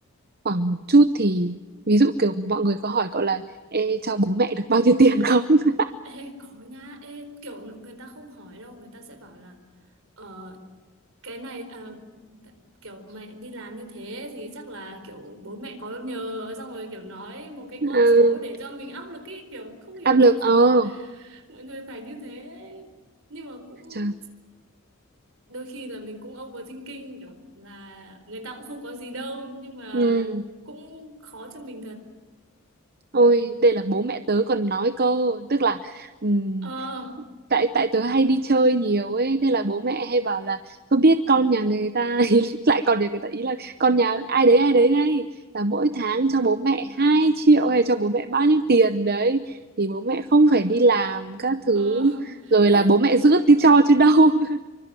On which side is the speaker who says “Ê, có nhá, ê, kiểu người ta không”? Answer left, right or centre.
Right